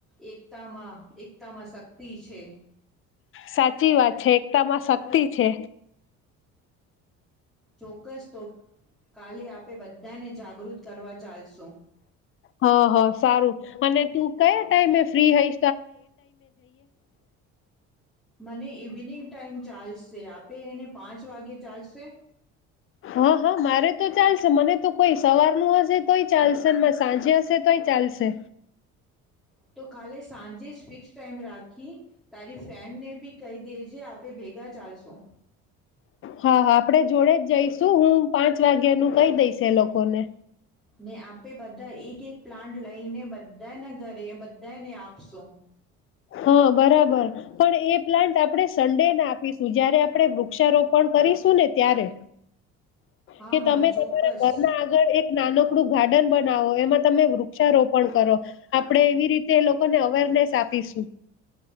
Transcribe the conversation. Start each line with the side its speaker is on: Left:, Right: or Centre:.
Centre: એકતામાં, એકતામાં શક્તિ છે.
Left: સાચી વાત. છે. એકતા માં શક્તિ છે.
Centre: ચોક્કસ તો! કાલે આપે બધાને જાગૃત કરવા ચાલશું.
Left: હ હ સારું અને તું કયા ટાઈમે. ફ્રી હઈ.
Centre: મને ઇવનિંગ ટાઈમ ચાલશે આપે એને પાંચ વાગે ચાલશે.
Left: હા હા મારે તો ચાલશે મને તો. કોઈ સવાર ન હશે તોય ચાલશે સાંજે હશે તોય ચાલશે.
Centre: તો કાલે સાંજે જ ફિક્સ ટાઈમ રાખી તારી ફ્રેન્ડ ને ભી કહી દે જે આપે ભેગા જાસ સ
Left: હા હા આપણે જોડે જ જઈશું હું પાંચ વાગ્યાનું કહી દઈશ એ લોકોને
Centre: ને આપે બધા એક એક પ્લાન્ટ લઈને. બધા એના ઘરે બધાને આપ પ શું
Left: હા બરાબર પણ એ પ્લાન્ટ આપણે સન્ડે ના આપીશું જ્યારે આપ આપણે વૃક્ષારોપણ કરીશું ને ત્યારે
Centre: હા
Left: કે
Centre: હા
Left: તમે
Centre: ચોક્કસ
Left: તમારા ઘર ના આગળ એક નાનો આપડું ગાર્ડન બનાવો એમાં તમે વૃક્ષારોપણ કરો આપણે એવી રીતે એ લોકોને અવેરનેસ આપીશ.